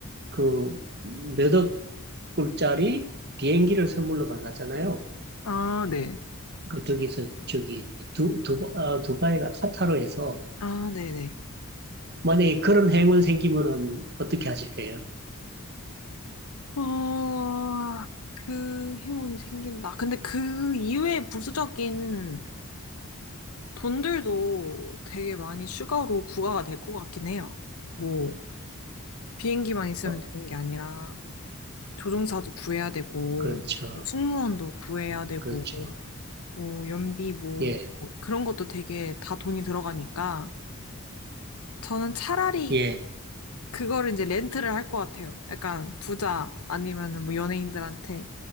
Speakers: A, on the right (about 50°); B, on the left (about 80°).
A: 그 몇억 불짜리 비행기를 선물로 받았잖아요.
B: 아, 네.
A: 그, 저기서, 저기, 두, 두, 아, 두바이가 카타르에서
B: 아, 네네.
A: 만약에 그런 행운 생기면은 어떻게 하실 거예요?
B: 어, 그 행운이 생긴다. 근데 그 이외의 부수적인 돈들도 되게 많이 추가로 부과가 될 것 같긴 해요. 뭐, 비행기만 있으면
A: 어,
B: 되는 게 아니라, 조종사도 구해야 되고,
A: 그렇죠.
B: 뭐 승무원도 구해야 되고,
A: 그렇죠.
B: 뭐, 연비 뭐,
A: 예,
B: 뭐 그런 것도 되게 다 돈이 들어가니까, 저는 차라리
A: 예.
B: 그거를 이제 렌트를 할 것 같아요. 약간 부자 아니면은 뭐 연예인들한테